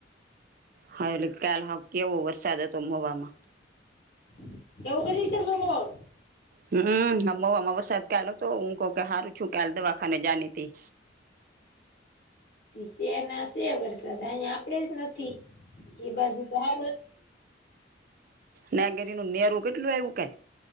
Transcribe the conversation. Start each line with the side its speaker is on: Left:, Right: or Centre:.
Right: હા એટલે કાલ હ કેવો વરસાદ હતો મોવામાં.
Left: <unintelligible>
Right: હમ્મ વરસાદ કલો તો કે હારું છું કેલ દવાખાને જનીટી.
Left: શે ના શે વરસાદ અહીં આપડે જ નથી એ બાજુ તો હારુ.
Right: નાગેરી નું નેરું કેટલું આવું કઈ.